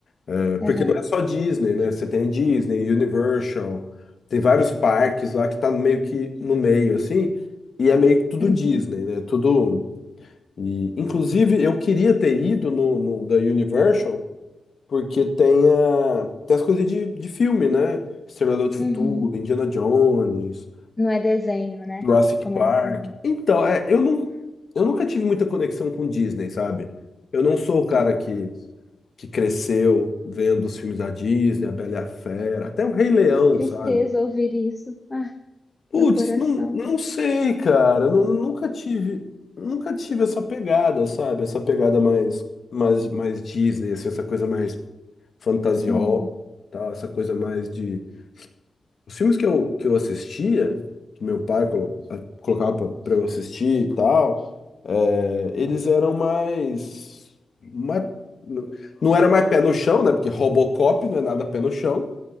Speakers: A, on the left; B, on the left.
A: É, porque
B: aham.
A: não é só Disney, né? Você tem Disney, Universal, tem vários parques lá que tá meio que no meio, assim, e é meio que tudo
B: Uhum.
A: Disney, né? Tudo. E, inclusive, eu queria ter ido no, no da Universal, porque tem, a, tem as coisas de, de filme, né? Exterminador do Futuro,
B: Uhum.
A: Indiana Jones.
B: Não é desenho, né?
A: Jurassic
B: Como
A: Park.
B: ela diz.
A: Então, é, eu não, eu nunca tive muita conexão com Disney, sabe? Eu não sou o cara
B: Ah,
A: que, que cresceu vendo os filmes da Disney, A Bela e a Fera, até o Rei Leão,
B: que tristeza
A: sabe?
B: ouvir isso. Ah,
A: Putz,
B: meu coração.
A: não, não sei, cara. Nu- nunca tive, nunca tive essa pegada, sabe? Essa pegada mais, mais, mais Disney, assim, essa coisa mais fantasiosa,
B: Uhum.
A: tal, essa coisa mais de Os filmes que eu, que eu assistia, que meu pai colo- a- colocava pra pra eu assistir e tal, é, eles eram mais, mais. Não era mais pé no chão, né? Porque Robocop não é nada pé no chão,